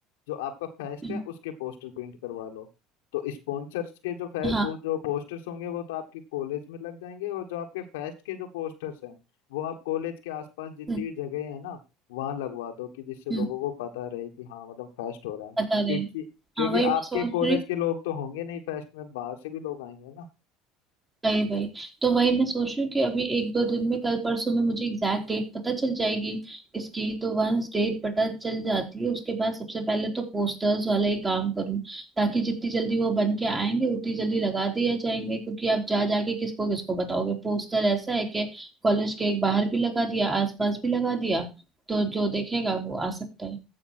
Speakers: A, on the left; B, on the right.
A: जो आपका फेस्ट
B: हम्म,
A: है उसके पोस्टर प्रिंट करवा लो तो स्पॉन्सर्स के जो फे-
B: हाँ
A: वो जो पोस्टर्स होंगे वो तो आपके कॉलेज में लग जाएंगे और जो आपके फेस्ट के जो पोस्टर्स हैं वो आप कॉलेज के आसपास जितनी
B: हम्म
A: भी जगह है ना वहां लगवा दो कि जिससे
B: हम्म,
A: लोगों को पता रहे कि हाँ मतलब फेस्ट हो रहा है
B: बता रहे
A: क्योंकि
B: हैं।
A: क्योंकि
B: हाँ वही
A: आपके
B: मैं सोच
A: कॉलेज
B: रही
A: के लोग तो होंगे नहीं फेस्ट में बाहर से भी लोग आएंगे ना
B: वही वही तो वही मैं सोच रही हूँ कि अभी एक दो दिन में कल परसों में मुझे एग्जैक्ट डेट पता चल जाएगी इसकी तो वंस डेट पता चल जाती है उसके बाद सबसे पहले तो पोस्टर्स वाला ही काम करूँ ताकि जितनी जल्दी वो बन के आएंगे उतनी जल्दी लगा दिए जाएंगे क्योंकि आप जा जाके किसको किसको बताओगे पोस्टर ऐसा है कि कॉलेज के एक बाहर भी लगा दिया आसपास भी लगा दिया तो जो देखेगा वो आ सकता है